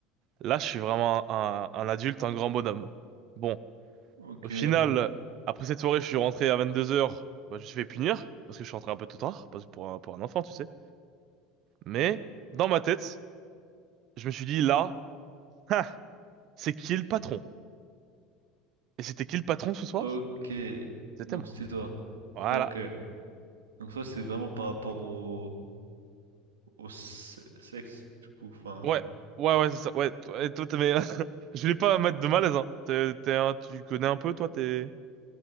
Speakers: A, on the right; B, on the right.
A: là, je suis vraiment un, un adulte, un grand bonhomme. Bon,
B: Ok,
A: au final, après cette soirée, je suis rentré à 22h. Bah, je me suis fait punir, parce que je suis rentré un peu tôt tard, parce que pour un, pour un enfant, tu sais. Mais, dans ma tête, je me suis dit, là, ha, c'est qui le patron? Et c'était qui le patron ce soir?
B: ok.
A: C'était
B: Donc
A: moi.
B: c'était toi.
A: Voilà.
B: Ok. Donc toi, c'est vraiment par rapport au, au se- sexe, du coup. Enfin,
A: Ouais, ouais, ouais, c'est ça. Ouais, toi, et toi, t'es- mais <laughs> je voulais pas mettre de malaise, hein. T'es, t'es un- tu connais un peu, toi, t'es.